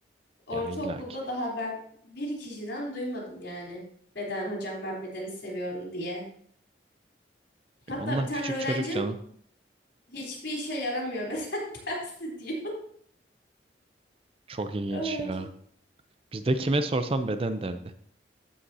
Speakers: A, on the left; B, on the right.
A: Ortaokulda
B: ya illaki.
A: daha ben bir kişiden duymadım yani. Beden hocam ben bedeni seviyorum diye. Hatta
B: Ya onlar
A: bir tane
B: küçük
A: öğrencim
B: çocuk canım.
A: hiçbir işe yaramıyor beden <laughs> dersi diyor.
B: Çok ilginç
A: Öğrencim.
B: ya. Bizde kime sorsam beden derdi.